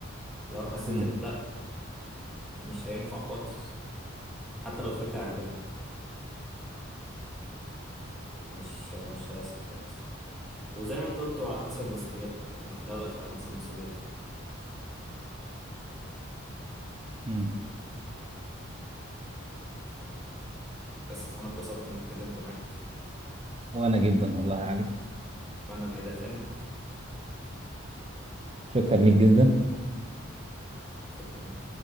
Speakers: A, in the centre; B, on the right.
A: لو حسيت
B: مم.
A: ان لا مش هينفع خالص حتى لو الفكرة عجباني مش مش هيسك للأسف وزي ما انت قلت هو على حسب المسؤوليات يعني هو في الأول والآخر على حسب مسؤولياتك
B: مم.
A: بس أنا اتبسطت إني اتكلمت معاك
B: وانا جدا والله عليك
A: أتمنى نعيدها تاني
B: شكرا ليك جدا
A: شكرا